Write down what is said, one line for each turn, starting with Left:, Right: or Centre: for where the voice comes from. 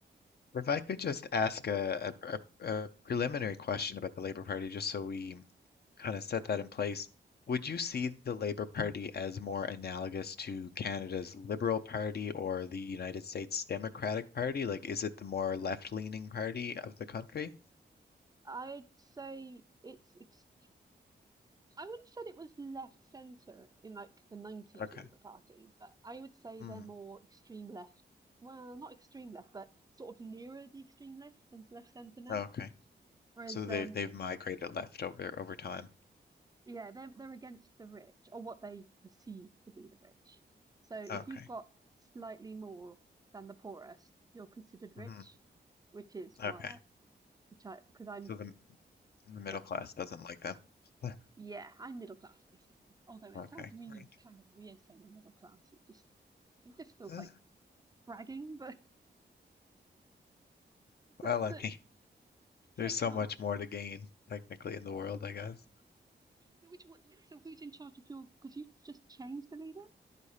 Left: If I could just ask a, a a a preliminary question about the Labour Party, just so we kind of set that in place, would you see the Labour Party as more analogous to Canada's Liberal Party or the United States Democratic Party? Like, is it the more left-leaning party of the country?
Right: I'd say it's ex I would have said it was left centre in like the 90s
Left: Okay.
Right: Labour Party, but I would say
Left: Hmm.
Right: they're more extreme left. Well, not extreme left, but sort of nearer the extreme left than left centre now.
Left: Okay.
Right: Whereas,
Left: So they've
Right: um,
Left: they've migrated left over over time.
Right: yeah, they're they're against the rich or what they perceive to be the rich. So if
Left: Okay.
Right: you've got slightly more than the poorest, you're considered rich,
Left: hmm
Right: which is why
Left: Okay.
Right: I, which I, because I'm
Left: So the, the middle
Right: sorry,
Left: class doesn't like them. <laughs>
Right: yeah, I'm middle class basically. Although it
Left: Okay,
Right: sounds really
Left: great.
Right: kind of weird saying I'm middle class, it just it just feels
Left: Uh,
Right: like bragging, but <laughs>
Left: Well,
Right: so
Left: I
Right: so
Left: mean, <laughs>
Right: so,
Left: there's so much more to gain technically in the world, I guess.
Right: so which what so who's in charge of your? Because you just changed the leader.